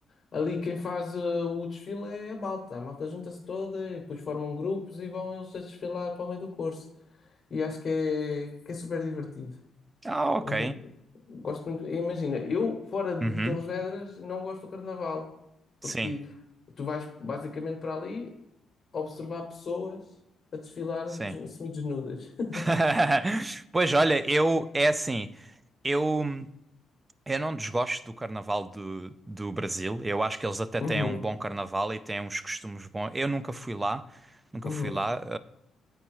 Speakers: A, on the left; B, on the right.
A: ali quem faz eh, o desfile é a malta, a malta junta-se toda e depois formam grupos e vão eles a desfilar para o meio do curso. E acho que é, que é super divertido.
B: Ah, ok.
A: Gosto gosto muito. Imagina, eu fora de
B: Uhum.
A: Torres Vedras não gosto do carnaval.
B: Sim,
A: Porque tu vais basicamente para ali observar pessoas a desfilar
B: sim.
A: des- semi-desnudas. <laughs>
B: <laughs> Pois olha, eu é assim, eu, eu não desgosto do carnaval do, do Brasil. Eu acho que eles até têm
A: Uhum,
B: um bom carnaval e têm uns costumes bons. Eu nunca fui lá, nunca
A: uhum.
B: fui lá.